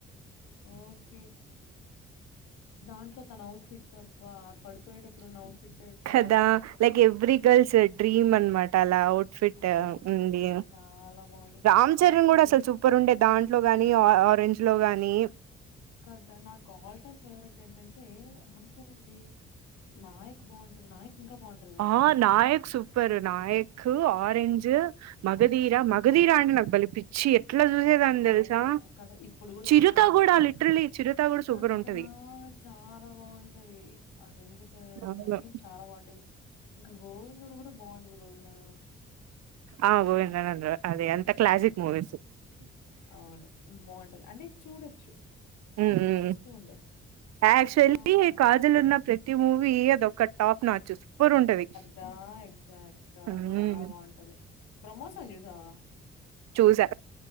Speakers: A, on the left (about 75°); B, on the right (about 60°).
A: ఓకే దాంట్లో తన అఔట్ఫిట్ డబ్బా పడిపోయేటప్పుడు అవుట్ ఫిట్ కేక
B: కదా లైక్ ఎవ్రీ గర్ల్స్ డ్రీమ్ అనమాట అలా ఫిట్
A: అవును
B: ఉంది
A: చాలా బాగుంటది.
B: రామ్ చరణ్
A: తనంత
B: కూడా అసలు సూపర్ ఉండే దాం లో గాని ఆరెంజ్ లో గాని
A: కా నాకు ఆల్ టైమ్ ఫేవరెట్ ఏంటంటే రామ్ చరణ్ నాయక్ బాగుంటది నాయక్ ఇంకా బాగుంట
B: ఆ నాయక్ సుప్ ఇరు నాయకు ఆరెంజు మగధీర మగధీరా నాకు బాలే పి చి ఎట్లా చూసేదాని
A: నాకు
B: తెలుసా
A: కూడా కథ ఇప్పుడు కూడా
B: చిరుత
A: పెట్టుకొని చూస్తాము.
B: కూడా లిటరలీ చిరుత కూడా సూపర్
A: కదా!
B: ఉంటది
A: చాలా బాగుంటది అది ఎందుకుమో
B: అవును
A: గాని చాలా బాగుంటది ఇంకా గోవిందుడు కూడా బాగుండది గోవింద
B: ఆ గోవిందనంద అదే ఎంత క్లాసిక్ మూవీసు
A: అవును. బాగుంటది అంటే చూడొచ్చు.
B: ఉ ఉఉ
A: అంటే చూస్తూ ఉండొచ్చు.
B: యాక్చువల్లీ
A: ఆ!
B: కా ప్రజలున్న ప్రతి మూవీ అదొ ఒక టాప్ నచ్చు సూపర్ ఉంటది
A: ఎగ్జాక్ట్ గా
B: హ్మ్
A: చాలా బాగుంటది బ్రహ్మోత్సవం చూసావా
B: చూసా